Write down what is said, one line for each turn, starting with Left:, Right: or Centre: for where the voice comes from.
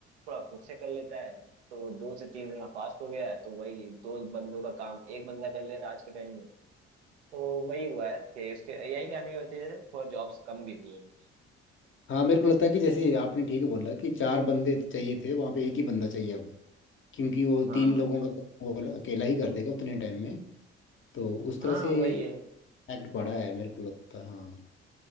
Right: थोड़ा खुद से कर लेता है तो वो दो से तीन गुना फास्ट हो गया है तो वही दो बंदों का काम एक बंदा कर ले रहा है आज के टाइम में तो वही हुआ है कि उसके एआई के आने की वजह से थोड़ा जॉब्स कम भी हुए हैं
Left: हाँ मेरे को लगता है कि जैसे आपने ठीक बोला कि चार बंदे चाहिए थे वहाँ पे एक ही बंदा चाहिए अब क्योंकि वो
Right: हाँ
Left: तीन लोगों का काम वो वाला अकेला ही कर देगा उतने टाइम में तो उस तरह
Right: हाँ
Left: से
Right: वही है
Left: एक्ट पड़ा है मेरे को लगता है हाँ